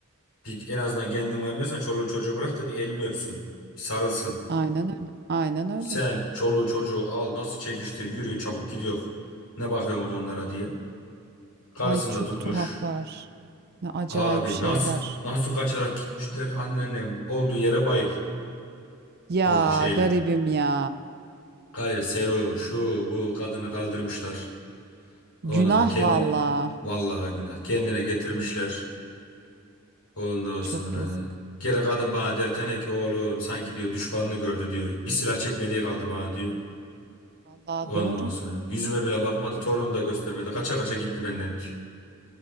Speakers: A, on the left; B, on the right.
A: Bir, en azından kendin varmıyorsan çoluğu çocuğu bırak da bir elini öpsün. Bir sarılsın.
B: Aynen öyle. Aynen öyle.
A: Sen çoluğu çocuğu al nasıl çekiştir yürüyün çabuk gidiyor. Ne bakıyorsunuz onlara diye. Karısını
B: Ay çok
A: da tutmuş.
B: tuhaflar. Ne acayip
A: Abi
B: şeyler.
A: nasıl nasıl kaçarak gitmişler anneannem olduğu yere bayıl.
B: Ya
A: O an şeyle.
B: garibim ya.
A: Gayrı serum şu bu kadını kaldırmışlar. Ondan
B: Günah
A: sonra kendini
B: valla.
A: vallahi günah kendine getirmişler. Ondan sonra
B: Çok yazık.
A: geri kadın bana dertene ki oğlum sanki diyor düşmanını gördü diyor. Bir silah çekmediği kaldı bana diyor.
B: Valla
A: Ondan
B: doğru.
A: sonra yüzüme bile bakmadı. Torunu da göstermedi. Kaça kaça gitti benden. diyor.